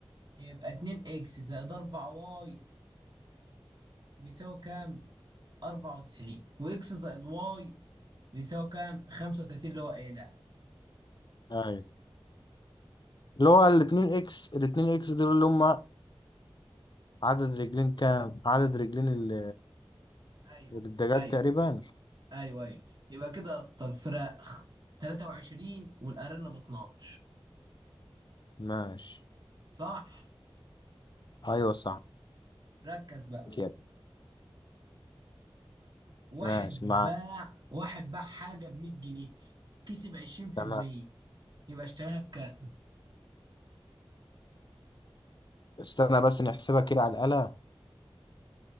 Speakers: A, on the right (about 50°); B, on the left (about 50°).
A: يبقى 2 اكس زائد 4 واي بيساوي كام 94 واكس زائد واي بيساوي كام 35 اللي هو قايلها
B: ايوه اللي هو الاتنين اكس الاتنين اكس دول اللي هم عدد رجلين كام عدد رجلين ال-
A: ايوه
B: الدجاج
A: ايوه
B: تقريبا
A: ايوه ايوه يبقى كده يا اسطى الفراخ 23 والارانب 12
B: ماشي
A: صح
B: ايوه صح
A: ركز بقى
B: كده
A: واحد
B: ماشي معاك
A: باع واحد باع حاجه ب 100 جنيه كسب 20%
B: تمام
A: يبقى اشتراها بكام
B: استنى بس نحسبها كده على الآلة